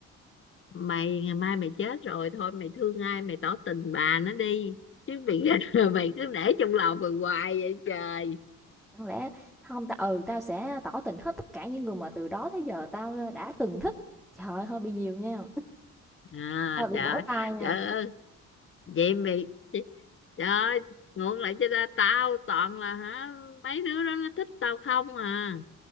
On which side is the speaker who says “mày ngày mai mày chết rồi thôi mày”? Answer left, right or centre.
Left